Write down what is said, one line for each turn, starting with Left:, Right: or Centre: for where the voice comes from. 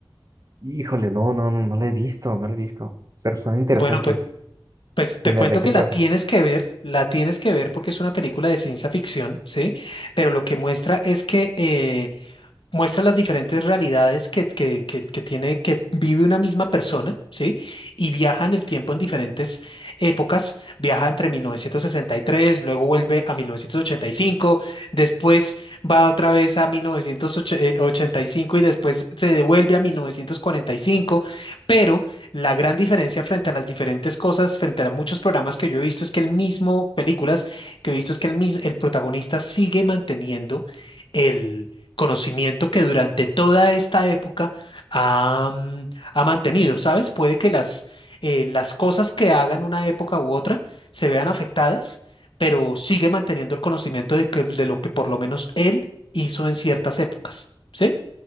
Right: Híjole, no, no, no, no lo he visto, no lo he visto. Pero suena interesante.
Left: Bueno, Pues te
Right: Dime,
Left: cuento
Right: ¿de qué
Left: que
Right: trata?
Left: la tienes que ver, la tienes que ver porque es una película de ciencia ficción, ¿sí? Pero lo que muestra es que eh, muestra las diferentes realidades que, que, que- que tiene, que vive una misma persona, ¿sí? Y viaja en el tiempo en diferentes épocas, viaja entre mil novecientos sesenta y tres luego vuelve a mil novecientos ochenta y cinco después va otra vez a mil novecientos ochenta y cinco y después se devuelve a mil novecientos cuarenta y cinco pero la gran diferencia frente a las diferentes cosas, frente a muchos programas que yo he visto, es que el mismo, películas que he visto, es que el, mis- el protagonista sigue manteniendo el conocimiento que durante toda esta época ha, mm, ha mantenido, ¿sabes? Puede que las, eh, las cosas que hagan una época u otra se vean afectadas, pero sigue manteniendo el conocimiento de, que- de lo que por lo menos él hizo en ciertas épocas, ¿sí?